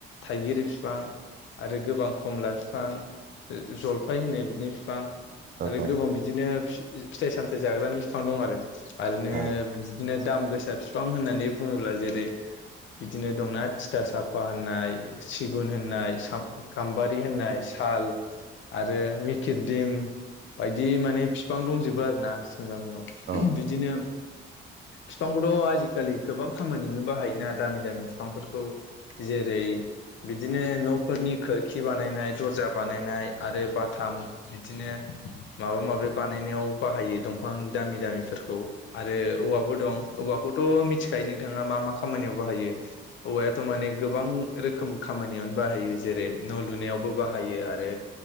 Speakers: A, on the left; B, on the right.
A: थाइगिर फिफां आरो गोबां खमला बिफां जलफाय होनो बिनि फ फिफां
B: औ
A: आरो
B: औ
A: गोबां बिदिनो फिथाइ-सामथाइ जाग्रानि फिफां दं आरो आरोनो
B: औ
A: बिदिनो दाम गोसा फिफां होननानै बुङोब्ला जेरै बिदिनो दंना थिथा साफा होननाय सिगुन होननाय सा गाम्बारि होननाय थाल आरो मिकिरदिम बायदि माने फिफां दंजोबो आरो ना गामियाव
B: औ
A: बिदिनो फिफांखौथ' आजिखालि गोबां खामानियावनो बाहायोना दामि दामि फिफांफोरखौ जेरै बिदिनो न'फोरनि खोरखि बानायनाय दर्जा बानायनाय आरो बाथाम बिदिनो माबा माबि बानायनायाव बाहायो दंफां दामि दामिफोरखौ आरो औवाबो दं औवाखौथ' मिथिखायो नोंथाङा मा मा खामानियाव बाहायो औवायाथ' माने गोबां रोखोम खामानियावनो बाहायो जेरै न' लुनायावबो बाहायो आरो